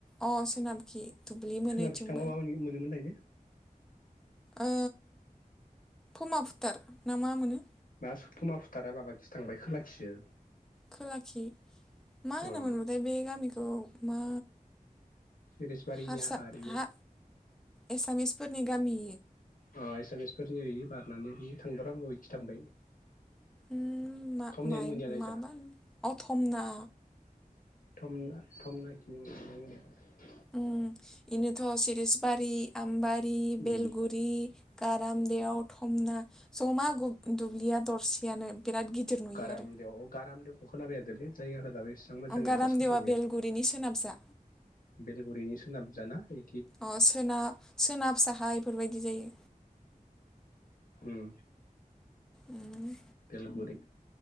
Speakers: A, in the centre; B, on the left.
A: अ सोनाबखि दुब्लि मोनैथिंबो
B: सोनाबखि थांबा मा मोनोमोन लायनो
A: ओ फमा फुथार ना मा मोनो
B: दा फमा फुथारा माबाखिसो थांबाय खोलाखिसो
A: खोलाखि मा
B: अ
A: होनोमोनथाय बे गामिखौ मा
B: सिरिसबारनि
A: हारसा
B: हाखा आरो बियो
A: हा एसामिसफोरनि गामि
B: अ एसामिसफोरनि ओरै बारनानै बि थांदर आं बखि थांबाय
A: उम मा
B: थमनायानो
A: मायो
B: मोनैया नायजा
A: मा मा <unintelligible> अथमना
B: थमना थमनाखि मोनलाङो <unintelligible>
A: उम इनोथ' सिरिसबारि, आम्बारि,
B: उम
A: बेलगुरि गाराम देयाव थमना जमा गुब दुब्लिया दरसेयानो। बिराद गिदिर नुयो
B: गारामदेव
A: आरो
B: गारामदेवखौ खोनाबाय आरो दे बे जायगाखो दाबेस सां मोजां
A: गारामदेवा
B: एदजास गोसोवाव गैया।
A: बेलगुरिनि सोनाबजा
B: बेलगुरिनि सोनाब जाना ए
A: अ' सोनाब सोनाब साहा एफोरबायदि जायो।
B: उम
A: उम
B: बेलगुरि